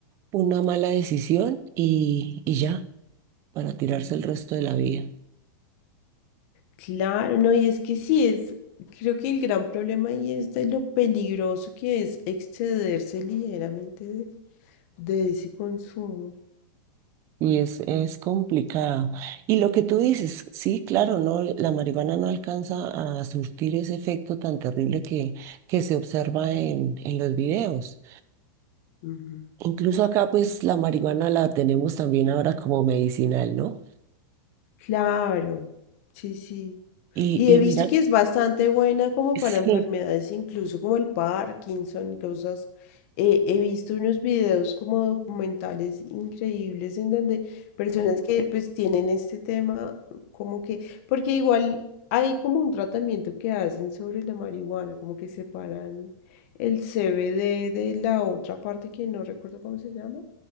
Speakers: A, on the right; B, on the left.
A: una mala decisión y, y ya, para tirarse el resto de la vida.
B: Claro, no, y es que sí, es, creo que el gran problema ahí es de lo peligroso que es excederse ligeramente de, de ese consumo.
A: Y es, es complicado. Y lo que tú dices, sí, claro, no, la marihuana no alcanza a surtir ese efecto tan terrible que, que se observa en, en los videos.
B: Ujú.
A: Incluso acá, pues, la marihuana la tenemos también ahora como medicinal, ¿no?
B: Claro, sí, sí.
A: Y,
B: Y
A: y
B: he visto
A: mira,
B: que es bastante buena como
A: sí,
B: para enfermedades, incluso como el Parkinson y cosas. Eh, he visto unos videos como documentales increíbles en donde personas que pues tienen este tema, como que, porque igual hay como un tratamiento que hacen sobre la marihuana, como que separan el CBD de la otra parte que no recuerdo cómo se llama.